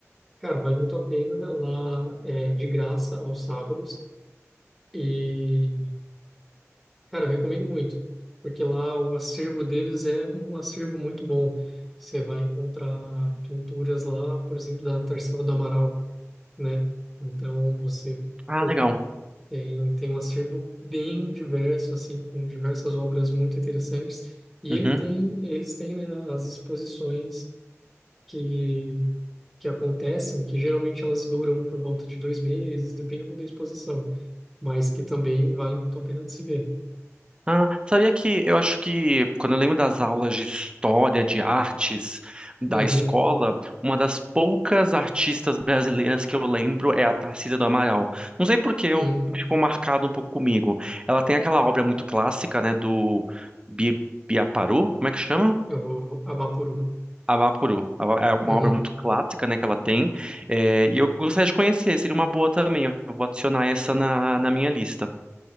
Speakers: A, in the centre; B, on the right (about 20°).
A: Cara, vale muito a pena. Lá é de graça aos sábados. E, cara, eu recomendo muito, porque lá o acervo deles é um acervo muito bom. Você vai encontrar pinturas lá, por exemplo, da Tarsila do Amaral, né? Então você,
B: Ah,
A: pô,
B: legal.
A: Tem, tem um acervo bem diverso, assim, com diversas obras muito interessantes. E
B: Uhum.
A: ele tem, eles têm, né, as exposições que, que acontecem, que geralmente elas duram por volta de dois meses, depende muito da exposição, mas que também vale muito a pena de se ver.
B: Ah, sabia que eu acho que quando eu lembro das aulas de história, de artes da
A: Uhum,
B: escola, uma das poucas artistas brasileiras que eu lembro é a Tarsila do Amaral. Não sei por que eu
A: uhum,
B: ficou marcado um pouco comigo. Ela tem aquela obra muito clássica, né, do Bi Biaparu, como é que chama?
A: o Abapuru.
B: Avapuru. Ava- É uma
A: Uhum.
B: obra muito clássica, né, que ela tem. É, e eu gostaria de conhecer, seria uma boa também. Eu vou adicionar essa na, na minha lista.